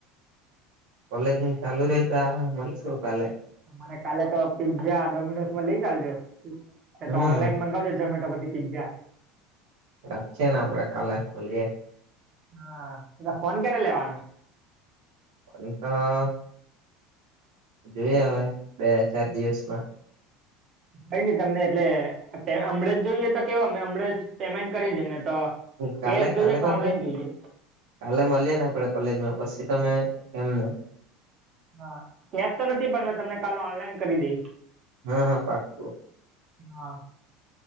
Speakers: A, on the right (about 80°); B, on the right (about 30°).
A: કોલેજને ચાલુ <unintelligible> મળીશું કાલે.
B: મને કાલે તો પીઝા, ડોમિનોસમાં લઈ ચાલજો. એ
A: હમ
B: તો ઓનલાઈન મગાવજોમેટો પછી પીઝા.
A: રાખીએે ને આપડે કાલે મળીએ.
B: હા, ફોન કયારે લેવાનો?
A: એ તો. જોઈએ અવે, બે ચાર દિવસમાં.
B: કઈ નહી તમને એટલે હમણાં જ જોઈએ. તો કેવો અં હમજ પેમેન્ટ કરી દે ને તો.
A: કાલે
B: કેશ જોઈએ.
A: કાલે
B: કે
A: કરજે
B: ઓનલાઈન
A: ને
B: જોઈએ?
A: કાલે મળીએ ને આપડે કોલેજ માં પછી તમે કેમ ને.
B: હા, કેશ તો નથી. પણ મેં તમને કાલે ઓનલાઈન કરી દઈ.
A: હા, હા પાછશો.
B: હા,